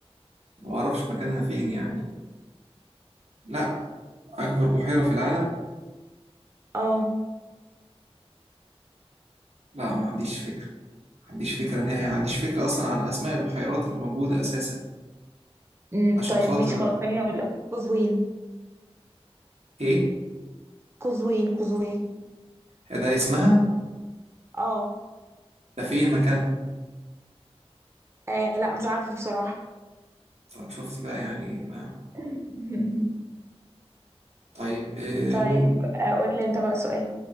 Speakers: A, on the right; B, on the right.
A: وما أعرفش مكانها فين يعني لا أكبر بحيرة في العالم
B: اه
A: لا ما عنديش فكرة ما عنديش فكرة نهائي ما عنديش فكرة أصلا عن أسماء البحيرات اللي موجودة أساسا
B: أمم،
A: عشان
B: طيب
A: خاطر
B: ماشي خلاص خليني اقول لك قزوين
A: إيه
B: قزوين قزوين
A: ده اسمها
B: اه
A: ده فين مكانها
B: آه، لا مش عارفة بصراحة
A: طب شفتي بقى يعني ما.
B: <laughs>
A: طيب إيه
B: طيب
A: مم...
B: آه، قول لي انت بقى سؤال